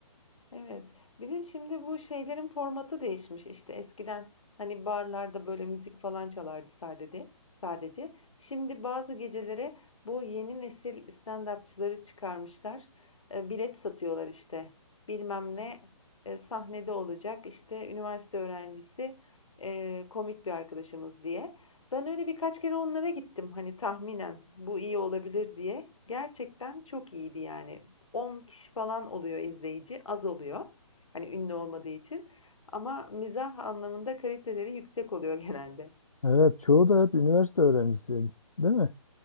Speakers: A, on the left (about 65°); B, on the left (about 85°).
A: Evet. Bir de şimdi bu şeylerin formatı değişmiş. İşte eskiden hani barlarda böyle müzik falan çalardı sadece. Sadece. Şimdi bazı gecelere bu yeni nesil stand-upçıları çıkarmışlar. E, bilet satıyorlar işte. Bilmem ne e, sahnede olacak. İşte üniversite öğrencisi e, komik bir arkadaşımız diye. Ben öyle birkaç kere onlara gittim. Hani tahminen bu iyi olabilir diye. Gerçekten çok iyiydi yani. 10 kişi falan oluyor izleyici, az oluyor. Hani ünlü olmadığı için. Ama mizah anlamında kaliteleri yüksek oluyor <laughs> genelde.
B: Evet, çoğu da hep üniversite öğrencisiydi, değil mi?